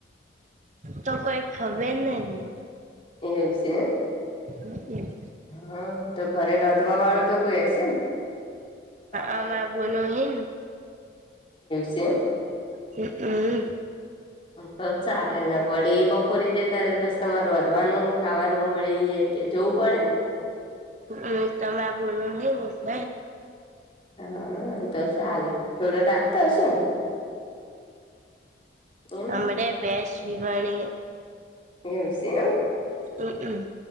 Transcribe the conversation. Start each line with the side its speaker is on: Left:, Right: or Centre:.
Right: તો કોઈ ખવે નહી.
Left: એવું સે.
Right: હમ.
Left: હા તો ઘરે રાધવા વાળું તો કોઈ હશે ને. એવું
Right: અમાર બોલો હે
Left: છે એમ.
Right: હ હમ.
Left: તો ચાલે ન વડી બપોરી જ ત્યારે તો પછી તમાર રાધવાનું. ખાવાનું વળી એમ કે જોવું પડે ને.
Right: હ તમા બોલ ન ક
Left: હા તો ચાલે થોર રાખતા અશેું. એમ
Right: મવે અરે બેસ વિવાણી
Left: એવું છે એમ.
Right: હમ્મ હમ્મ.